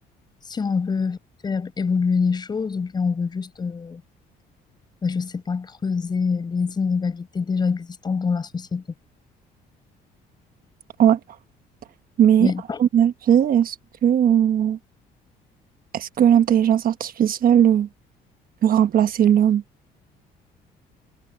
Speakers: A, on the left (about 25°); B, on the right (about 60°).
A: Si on veut faire évoluer les choses ou bien on veut juste, euh, ben, je sais pas, creuser les inégalités déjà existantes dans la société.
B: ouais. Mais
A: Mais
B: à ton avis, est-ce que, euh, est-ce que l'intelligence artificielle euh, peut remplacer l'homme?